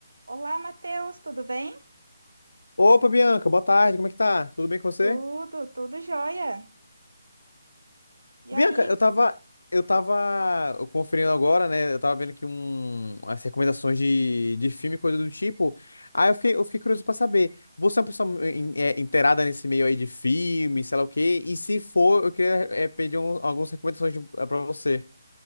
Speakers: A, on the right; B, on the left.
A: Olá, Matheus, tudo bem?
B: Opa, Bianca, boa tarde, como é que tá? Tudo bem com você?
A: Tudo, tudo jóia. E
B: Bianca,
A: aí,
B: eu tava, eu tava conferindo agora, né? Eu tava vendo aqui um, as recomendações de, de filme, coisa do tipo. Aí eu fiquei, eu fiquei curioso pra saber, você é uma pessoa em- é, inteirada nesse meio aí de filme, sei lá o quê? E se for, eu queria é, pedir um- algumas recomendações de, é, pra você.